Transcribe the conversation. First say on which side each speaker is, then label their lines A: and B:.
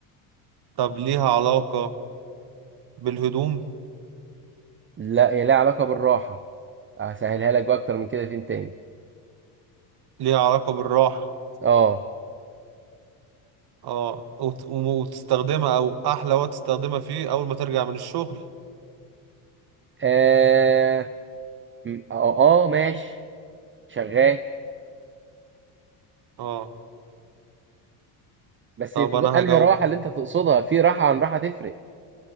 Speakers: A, on the right; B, on the right.
A: طب ليها علاقة بالهدوم؟
B: لا هي لها علاقة بالراحة هسهلها لك بقى أكتر من كده فين تاني
A: ليها علاقة بالراحة
B: اه
A: اه وت- وتستخدمها او احلى وقت تستخدمها فيه اول ما ترجع من الشغل
B: اه م- اه آه، ماشي شغال
A: اه
B: بس
A: طب
B: انت بقى
A: انا
B: انهي
A: هجاوبك
B: راحة اللي انت تقصدها في راحة عن راحة تفرق